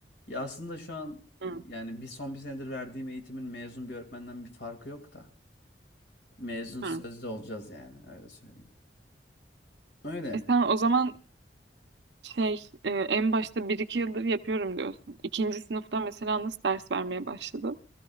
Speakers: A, on the left; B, on the right.
A: Ya aslında şu an
B: Hmm.
A: yani bir son bir senedir verdiğim eğitimin mezun bir öğretmenden bir farkı yok da. Mezun sözde
B: Hmm.
A: olacağız yani öyle söyleyeyim. Öyle.
B: E sen o zaman şey e, en başta bir iki yıldır yapıyorum diyorsun. İkinci sınıfta mesela nasıl ders vermeye başladı?